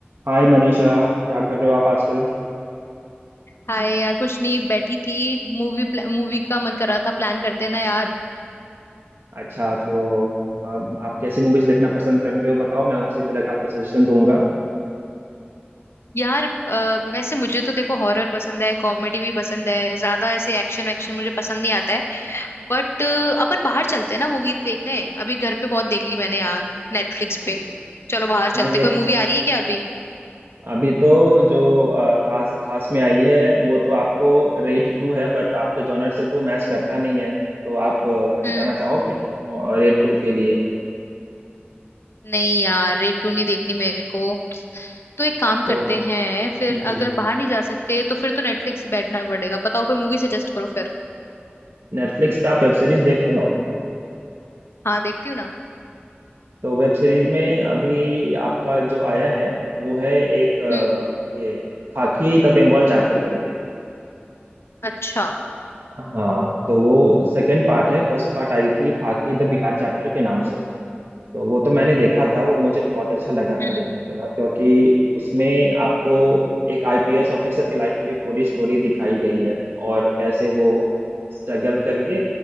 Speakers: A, on the right; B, on the left.
A: हाय मनीषा क्या कर रहे हो आप आजकल
B: हाय यार कुछ नहीं बैठी थी मूवी मूवी का मन कर रहा था प्लान करते हैं ना यार
A: अच्छा तो अम, आप कैसी मूवीज देखना पसंद करते हो बताओ मैं उसी तरह का आपका सजेशन दूंगा
B: यार अ, वैसे मुझे तो देखो हॉरर पसंद है कॉमेडी भी पसंद है ज्यादा ऐसे एक्शन वैक्शन मुझे पसंद नहीं आता है बट अपन बाहर चलते हैं ना मूवी देखने अभी घर पे बहुत देख ली मैंने यार नेटफ्लिक्स पे चलो बाहर
A: हाँ
B: चलते
A: ये
B: कोई मूवी आ रही है क्या अभी
A: अभी तो जो अ, खास खास में आई है वो तो आपको रेड टू है बट आपके जॉनर से तो वो मैच करता नहीं है तो आप अ,
B: हम्म
A: जाना चाहोगे रेड टू के लिए
B: नहीं यार रेटू नहीं देखनी मेरे को तो एक काम
A: तो
B: करते हैं फिर
A: जी
B: अगर बाहर नहीं जा सकते तो फिर तो नेटफ्लिक्स से बैठना पड़ेगा बताओ कोई मूवी सजेस्ट करो फिर
A: नेटफ्लिक्स पे आप वेब सीरीज देखते हो
B: हाँ देखती हूँ ना
A: तो वेब सीरीज में अभी आपका जो आया है वो है एक अ,
B: हम्म
A: ये खाकी द बंगाल चैप्टर करके
B: अच्छा
A: हाँ तो वो सेकेंड पार्ट है फर्स्ट पार्ट आई थी खाकी द बिहार चैप्टर के नाम से तो वो तो मैंने देखा था वो मुझे बहुत अच्छा लगा
B: हम्म
A: था देखने के बाद क्योंकि उसमें आपको एक आईपीएस ऑफिसर के लाइफ पे पूरी स्टोरी दिखाई गई है और कैसे वो स्ट्रगल करके